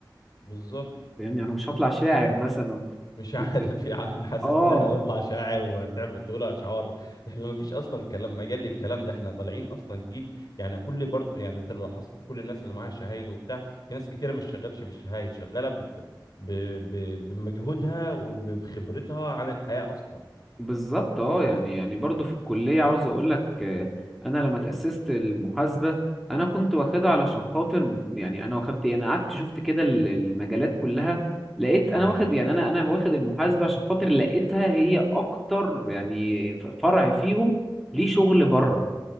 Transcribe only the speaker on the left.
بالظبط
مش عارف
يا عم حسست
ان احنا نطلع شاعر وتعمل تقول اشعار احنا ما فيش اصلا كلام مجال للكلام ده احنا طالعين اصلا جيل يعني كل برضه يعني انت لو لاحظت كل الناس اللي معاها شهايد وبتاع في ناس كتيره مش شغالش بالشهايد شغاله ب... ب... ب... بمجهودها وبخبرتها عن الحياه اصلا
ايوه